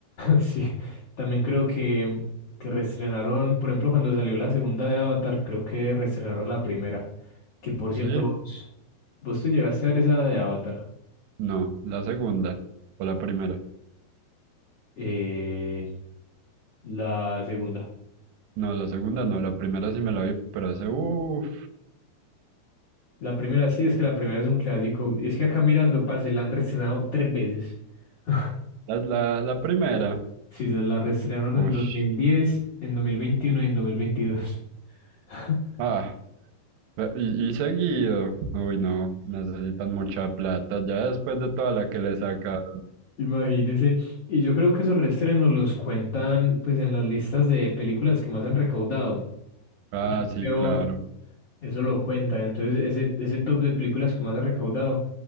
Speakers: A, on the left; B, on the right.
A: Sí, también creo que, que reestrenaron, por ejemplo, cuando salió la segunda de Avatar, creo que reestrenaron la primera. Que por cierto,
B: Sí,
A: vos, vos te llegaste a ver esa de Avatar,
B: no, la segunda o la primera.
A: eh, la segunda.
B: No, la segunda no, la primera sí me la vi, pero hace, uff,
A: La primera sí, es que la primera es un clásico. Y es que acá mirando, parce, la han reestrenado tres veces. <laughs>
B: la, la, la primera.
A: Sí, se la reestrenaron
B: uff
A: en 2010, en 2021 y en 2022. <laughs>
B: Ah, Eh, Y, y seguido. Uy, no, necesitan mucha plata. Ya después de toda la que le sacaron.
A: Imagínese. Y yo creo que esos reestrenos los cuentan pues en las listas de películas que más han recaudado.
B: Ah,
A: Yo
B: sí,
A: creo,
B: claro.
A: eso lo cuentan. Entonces, ese, ese top de películas que más ha recaudado